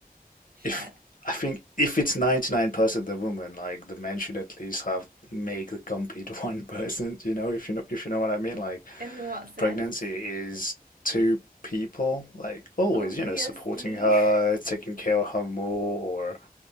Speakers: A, on the right; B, on the left.
A: Shared.
B: if I think if it's 99% the woman, like the man should at least have make the complete <laughs> 1%, you know, if you know, if you know what I mean, like.
A: In what sense?
B: pregnancy is two people like always,
A: Obviously.
B: you know, supporting her,
A: <laughs>
B: taking care of her more, or